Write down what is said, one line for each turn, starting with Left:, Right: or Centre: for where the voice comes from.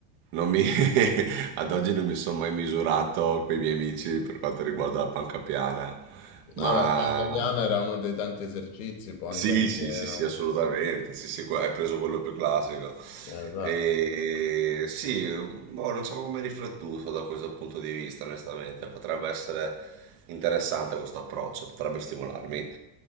Right: non mi, <laughs> ad oggi non mi sono mai misurato con i miei amici per quanto riguarda la panca piana,
Left: Vabbè,
Right: ma
Left: panca piana era uno dei tanti esercizi, può
Right: sì,
Left: anche essere...
Right: sì, sì, sì, assolutamente. Sì, sì, que- hai preso quello più classico.
Left: eh, Esatto.
Right: E sì, boh, non so come riflettuto da questo punto di vista, onestamente. Potrebbe essere interessante questo approccio, potrebbe stimolarmi